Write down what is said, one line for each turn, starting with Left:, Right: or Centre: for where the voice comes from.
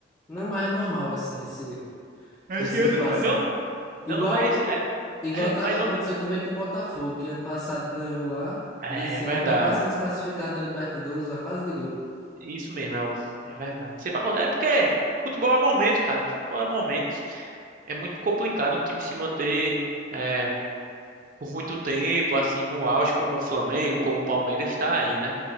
Left: Não, mas é normal, assim, esse,
Right: Esse
Left: essa
Right: eu
Left: inflação.
Right: não, não,
Left: Igual,
Right: não, mas, é,
Left: igual
Right: é,
Left: tá-
Right: mas
Left: aconteceu
Right: você.
Left: também com o Botafogo, que ano passado ganhou lá
Right: É,
Left: e esse
Right: verdade.
Left: ano tá quase sendo desclassificado da Libertadores na fase de grupo.
Right: Isso mesmo, é, o- é verdade. Sempre acontece. É porque futebol é momento, cara. Futebol é momentos. É muito complicado um time se manter é, por muito tempo, assim, no auge, como o Flamengo, como o Palmeiras está aí, né?